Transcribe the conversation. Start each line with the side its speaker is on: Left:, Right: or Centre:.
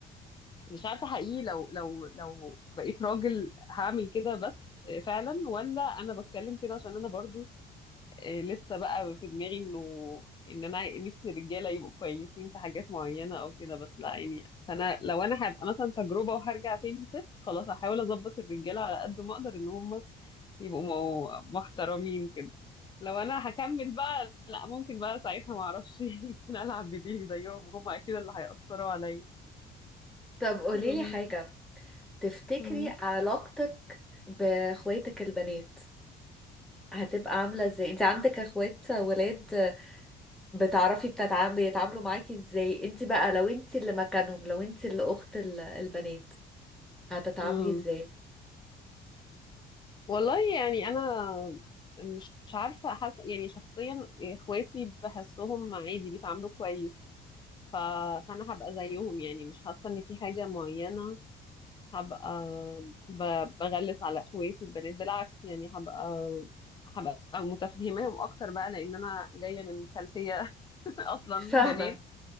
Left: مش عارفة حقيقي لو لو لو بقيت راجل هعمل كده بس آه، فعلا ولا انا بتكلم كده عشان انا برضو آه، لسه بقى في دماغي انه ان انا نفسي الرجاله يبقوا كويسين في حاجات معينه او كده بس لا يعني انا لو انا هبقى مثلا تجربه وهرجع تاني ست خلاص هحاول اظبط الرجاله على قد ما اقدر ان هم يبقوا مو- محترمين كده لو انا هكمل بقى لا ممكن بقى ساعتها ما اعرفش <laughs> يمكن العب بديلي زيهم هم اكيد اللي هيأثروا عليا
Centre: طب قوليلي
Left: أمم،
Centre: حاجة تفتكري
Left: أمم.
Centre: علاقتك باخواتك البنات هتبقى عاملة ازاي انت عندك اخوات ولاد بتعرفي بتتع- بيتعاملوا معاكي ازاي انت بقى لو انت اللي مكانهم لو انت اللي اخت ال- البنات هتتعاملي
Left: أمم.
Centre: ازاي
Left: والله يعني انا مش مش عارفه حاسه يعني شخصيا اخواتي بحسهم عادي بيتعاملوا كويس ف... فانا هبقى زيهم يعني مش حاسه ان في حاجه معينه هبقى ب... بغلس على اخواتي البنات بالعكس يعني هبقى هبقى متفهماهم اكتر بقى لان انا جايه من خلفيه <laughs> اصلا
Centre: فاهمة
Left: بنات